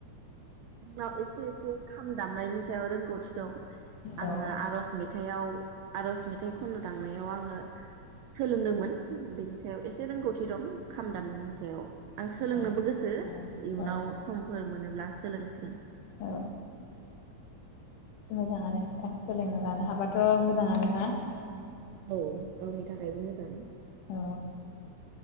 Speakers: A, on the right; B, on the left.
A: आंनाव एसे एसे खाम दामनायनि सायाव रोंगौथि दं। आंङो
B: अ
A: आर'ज मेथाइाव आर'ज मेथाइ खन्नो थांनायाव आंङो। सोलोंदोंमोन बेनि सायाव एसे रोंगौथि दं खाम दामनायनि सायाव आं सोलोंनोबो
B: अ
A: गोसो
B: औ
A: इयुनाव
B: औ
A: समफोर मोनोब्ला सोलोंसिगोन
B: औ। मोजांङानो नोंथां सोलोंनो लानो हाबाथ' मोजांङावनो ना?
A: औ गावनि थाखायबो मोजां।
B: औ।